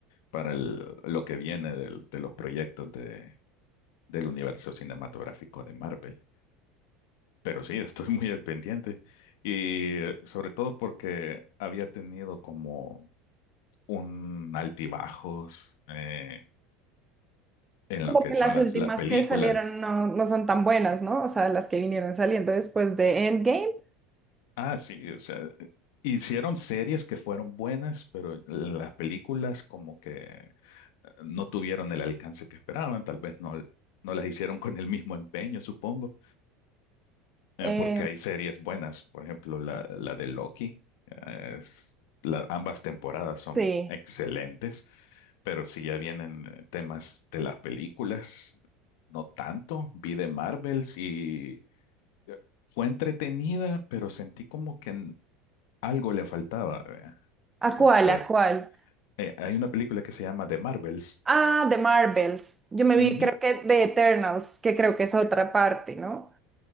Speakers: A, on the left; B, on the right.
A: para el- lo que viene del- de los proyectos de, del universo cinematográfico de Marvel. Pero sí, <laughs> estoy muy al pendiente y eh, sobre todo porque había tenido como un altibajos eh, en
B: Como
A: lo que
B: que
A: son
B: las
A: las,
B: últimas
A: las películas.
B: que salieron no, no son tan buenas, ¿no? O sea, las que vinieron saliendo después de Endgame.
A: Ah, sí, o sea, eh, hicieron series que fueron buenas, pero las películas como que eh, no tuvieron el alcance que esperaban, tal vez no, no las hicieron con el mismo empeño, supongo, eh,
B: em,
A: porque hay series buenas, por ejemplo, la, la de Loki, eh, es- la- ambas temporadas son
B: Sí.
A: excelentes, pero si ya vienen eh, temas de las películas, no tanto, vi de Marvels y eh, fue entretenida, pero sentí como que n- algo le faltaba, ¿verdad?
B: ¿A
A: Entonces,
B: cuál? ¿A cuál?
A: eh, hay una película que se llama The Marvels.
B: Ah, de Marvels. Yo me vi,
A: Ujú.
B: creo que de Eternals, que creo que es otra parte, ¿no?